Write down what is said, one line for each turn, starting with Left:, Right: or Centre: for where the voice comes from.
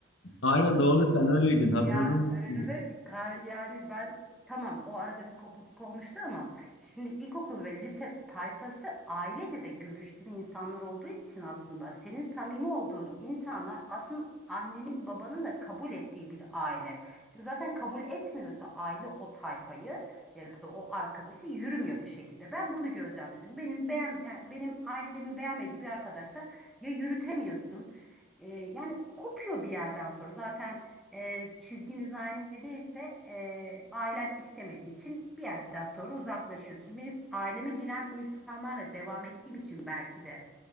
Left: Aynen doğru sen öyleydin.
Centre: Ya
Left: Hatırladım. şimdi.
Centre: evet kar- yani ben tamam o arada bir kopukluk olmuştu ama şimdi ilkokul ve lise tayfası ailece de görüştüğün insanlar olduğu için aslında senin samimi olduğun insanlar aslında annenin babanın da kabul ettiği bir aile. Şimdi zaten kabul etmiyorsa aile o tayfayı ya da o arkadaşa yürümüyor bir şekilde. Ben bunu gözlemledim. Benim beğen, yani benim ailemin beğenmediği bir arkadaşa ya yürütemiyorsun. e, yani kopuyor bir yerden sonra. Zaten e, çizginiz aynı değilse e, ailen istemediği için bir yerden sonra uzaklaşıyorsun. Şimdi benim aileme giren insanlarla devam ettiğim için belki de